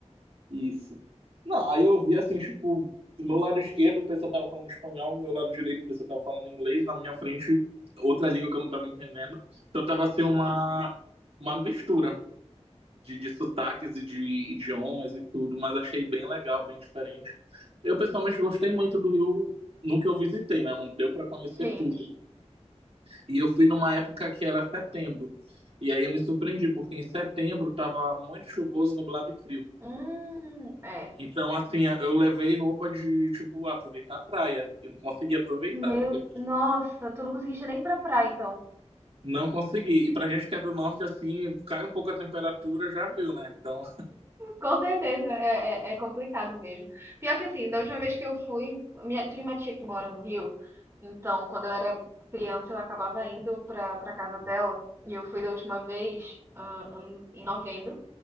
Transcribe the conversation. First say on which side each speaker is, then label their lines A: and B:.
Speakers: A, on the right (about 60°); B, on the right (about 25°).
A: isso. Não, aí eu
B: E-
A: vi assim, tipo, do meu lado esquerdo o pessoal tava falando espanhol, do meu lado direito o pessoal tava falando inglês, na minha frente outra língua que eu não tava entendendo. Então tava assim uma, uma mistura de, de sotaques e de idiomas e tudo, mas achei bem legal, bem diferente. Eu pessoalmente gostei muito do Rio no que eu visitei, né? Não deu pra conhecer
B: Sim.
A: tudo. E eu fui numa época que era setembro. E aí eu me surpreendi, porque em setembro tava muito chuvoso, nublado e frio.
B: Hum, é.
A: Então, assim, eu levei roupa de, tipo, aproveitar a praia. Eu não consegui aproveitar,
B: Meu,
A: porque
B: nossa, tu não conseguiste nem ir pra praia, então.
A: não consegui. E pra gente que é do norte, assim, cai um pouco a temperatura, já viu, né? Então,
B: Com certeza, é, é, é complicado mesmo. Pior que assim, da última vez que eu fui, minha, tem uma tia que mora no Rio, então quando eu era criança eu acabava indo pra, pra casa dela, e eu fui da última vez ah, ano- em novembro,